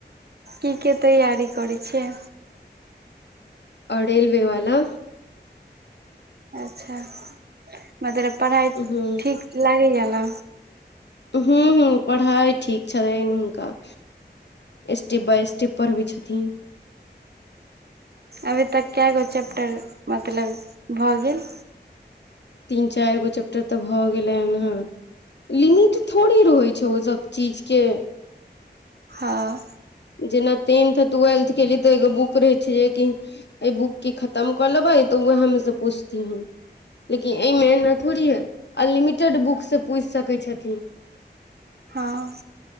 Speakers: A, on the right; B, on the left.
A: की के तैयारी करै छियै
B: रेलवे वला
A: अच्छा मतलब पढ़ाइ
B: हूँ
A: ठीक लागैया ने
B: हू हू पढ़ाइ ठीक छलनि हुनका स्टेप बाय स्टेप पढ़बै छथिन
A: अभी तक कए गो चैप्टर मतलब भऽ गेल
B: तीन चार गो चैप्टर तऽ भऽ गेलै हन हँ लिमिट थोड़े रहै छै ओ सब चीजके
A: हँ
B: जेना टेंथ टूवेल्थ क ली तऽ एगो बुक रहे छै जेकि ए बुक की खतम कऽ लेबै तऽ उएह हमे से पूछती हं लेकिन एमे ए ने थोड़ी ह अनलिमिटेड बुक से पूछि सकैत छथिन
A: हँ